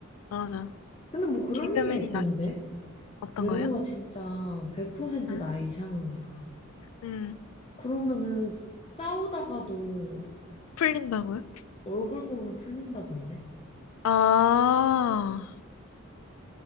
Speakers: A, on the left; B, on the left.
A: 맞아
B: 근데 뭐 그런
A: 개그맨이
B: 얘기가 있던데
A: 낫지. 어떤
B: 외모가
A: 거요?
B: 진짜 100%
A: 응,
B: 나의 이상형이야.
A: 응
B: 그러면은 싸우다가도
A: 풀린다고요?
B: 얼굴 보면 풀린다던데.
A: 아